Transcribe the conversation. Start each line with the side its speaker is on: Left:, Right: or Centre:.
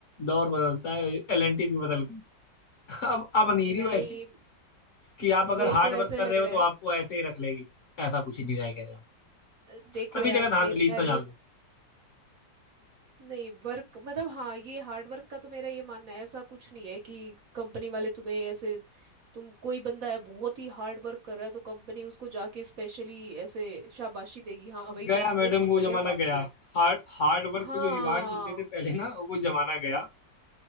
Left: दौर बदलता है एलएनटी भी बदल गई <laughs> अब अब नहीं
Right: नहीं
Left: रही वैसे कि आप अगर
Right: मेरे
Left: हार्ड
Right: को ऐसे
Left: वर्क कर
Right: लग
Left: रहे हो
Right: रहा है
Left: तो आपको ऐसे ही रख लेगी ऐसा कुछ नहीं रह गया
Right: अ, देखो
Left: सभी
Right: यार
Left: जगह धांधली
Right: मेरा
Left: इतना
Right: ये
Left: जान लो
Right: नहीं वर्क मतलब हाँ ये हार्ड वर्क का तो मेरा ये मानना है ऐसा कुछ नहीं है कि कंपनी वाले तुम्हें ऐसे तुम कोई बंदा है बहुत ही हार्ड वर्क कर रहा है तो कंपनी उसको जाके स्पेशली ऐसे शाबाशी देगी हाँ भाई
Left: गया
Right: तुमने
Left: मैडम
Right: बहुत
Left: वो
Right: बढ़िया
Left: जमाना
Right: काम
Left: गया
Right: किया
Left: हार्ड हार्ड वर्क
Right: हाँ
Left: पे जो रिवार्ड मिलते थे पहले ना वो जमाना गया